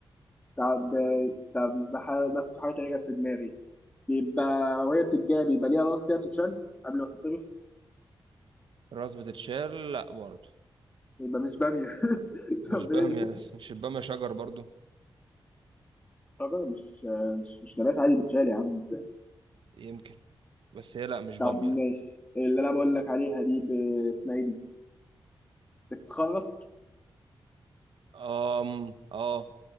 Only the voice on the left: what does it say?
طب طب بح- بس في حاجه تانيه جت في دماغي يبقى وهي بتتجاب يبقى ليها راس كده بتتشال قبل ما تتطبخ
يبقى مش باميه <laughs>
طب
ايه
شجره مش مش مش نبات عادي بتشال يا عم ازاي
طب
ماشي
اللي انا بقول لك عليها دي ب- اسمها ايه دي بتتخرط